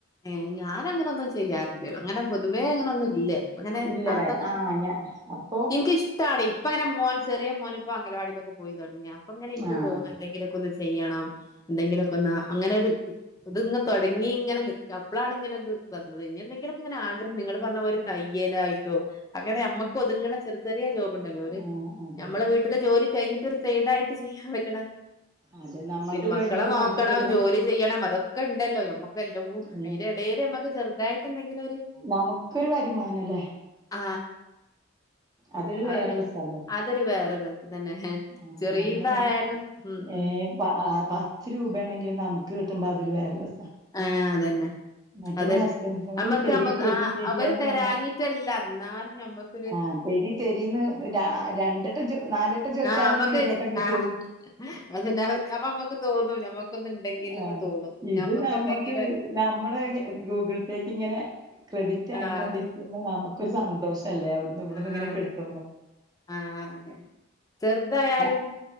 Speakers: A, on the left; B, on the right.
A: ഏ ഞാനങ്ങനൊന്നും ചെയ്യാറില്ല അങ്ങനെ പൊതുവേ അങ്ങനൊന്നും ഇല്ല. എങ്ങനെ
B: ഇല്ലല്ലേ
A: താത്തെങ്ങനെ?
B: ആഹ് ഞാ അപ്പൊ
A: എനിക്കിഷ്ടാണ് ഇപ്പ അങ്ങനെ മോൻ ചെറിയ മോനിപ്പ അംഗനവാടിലൊക്കെ പോയി തുടങ്ങിയ അപ്പോങ്ങനെ എനിക്ക്
B: ആഹ്
A: തോന്നു എന്തെങ്കിലക്കെ ഒന്നു ചെയ്യണം എന്തെങ്കിലൊക്കെ ഒന്നു അങ്ങനെ ഒരു ഇത്ങ്ങ തുടങ്ങി ഇങ്ങനെ നി ക്കപ്പളാണ് ഇങ്ങനെത് വന്നത് ഇനി എന്തെങ്കിലും ഒക്കെങ്ങനെ ആഗ്രഹം നിങ്ങൾ പറഞ്ഞ പോലെ ഒരു തയ്യലായിട്ടോ അങ്ങനെ അമ്മക്ക് ഒതുങ്ങണ ചെറിയ ചെറിയ ജോബ് ഉണ്ടല്ലോ ഓര്
B: ആഹ് അതെ
A: ഞമ്മളെ
B: അതെ
A: വീട്ടിലെ ജോലി കഴിഞ്ഞിട്ട് ഒരു സൈഡായിട്ട് ചെയ്യാൻ പറ്റണ
B: അതെ നമ്മളത്
A: പിന്നെ
B: കഴിഞ്ഞിട്ട്
A: മക്കളെ നോക്കണം
B: നമുക്ക് ചെറുത
A: ജോലി ചെയ്യണം അതൊക്കെണ്ടല്ലോ ഞമ്മക്ക് എല്ലാംകൂ
B: ഏഹ്
A: അതിന്റെ എടയില് നമ്മക്ക് ചെറുതായിട്ട് എന്തെങ്കിലും ഒരു,
B: നമുക്കൊരു വരുമാനല്ലേ
A: ആ.
B: അതൊരു
A: അവര്
B: വേറെ രസല്ലേ
A: അതൊരു വേറൊര് അതന്നെ
B: ആഹ്
A: ചെറിയ
B: നമ്മള്
A: ഇതായാലും ഉം
B: ഏ
A: ഉം.
B: പ ആ പത്ത് രൂപയാണെങ്കില നമുക്ക് കിട്ടുമ്പോ അതൊരു വേറെ രസാ.
A: ആ അതന്നെ.
B: മറ്റേത്
A: അതന്നെ
B: ഹസ്ബൻഡിനോട്
A: നമ്മക്ക്
B: തരി
A: നമ്മക്ക്
B: തരി
A: ആ
B: തരി
A: അവര്
B: പറഞ്ഞ്
A: തരാഞ്ഞിട്ടല്ല
B: നമ്മള്
A: എന്നാലും ഞമ്മക്കൊരു
B: ആ തെരി തെരീന്ന് രണ്ട് നാല് വട്ടം ചോദിച്ചാലല്ലേ
A: ആ നമ്മക്ക്
B: ഒരു വട്ടം കിട്ടുള്ളൂ.
A: ആ അതന്നെ അവര് അപ്പൊ നമ്മക്ക് തോന്നും ഞമ്മക്കൊന്നും ഉണ്ടെങ്കിൽ
B: ആ
A: എന്ന് തോന്നും
B: ഇത്
A: ഞമ്മക്ക്
B: നമ്മുക്ക്
A: എന്തെങ്കിലും ഒരു-
B: നമ്മടെ ഗൂഗിൾ പേക്ക് ഇങ്ങനെ ക്രെഡിറ്റ്
A: ആ
B: ആയിക്കൊണ്ടിരിക്കുമ്പോ
A: അത്
B: നമുക്കൊരു സന്തോഷം അല്ലേ അവിടുന്ന് ഇവിടന്ന്
A: ആ
B: ഇങ്ങനെ
A: അതെ
B: കിട്ടുമ്പ.
A: ആ അതെ ചെറുതായാലും
B: ഞാ